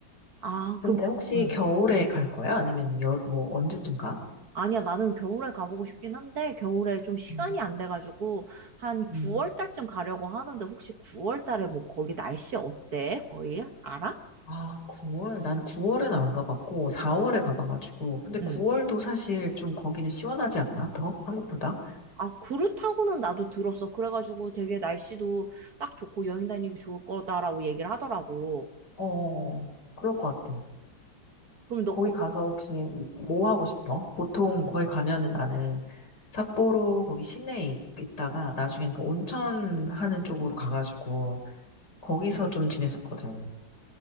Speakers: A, on the right; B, on the left.
A: 아,
B: 근데
A: 그럼
B: 혹시
A: 거- 응.
B: 겨울에 갈 거야? 아니면 여, 뭐 언제쯤 가?
A: 아니야, 나는 겨울에 가보고 싶긴 한데, 겨울에 좀 시간이
B: 음,
A: 안 돼가지고, 한 9월
B: 음.
A: 달쯤 가려고 하는데, 혹시 9월 달에 뭐 거기 날씨 어때? 거의? 알아?
B: 아, 9월? 난 9월에는 안 가봤고 4월에
A: 응,
B: 가봐가지고. 근데 9월도
A: 응.
B: 사실 좀 거기는 시원하지 않나? 더? 한국보다?
A: 아, 그렇다고는 나도 들었어. 그래가지고 되게 날씨도 딱 좋고 여행 다니기 좋을 거다라고 얘기를 하더라고.
B: 어, 그럴 것 같아.
A: 그럼 너
B: 거기 가서 혹시 뭐 하고 싶어? 보통 거기 가면은 나는 삿포로 거기 시내에 있- 있다가 나중엔 그 온천 하는 쪽으로 가가지고 거기서 좀 지냈었거든.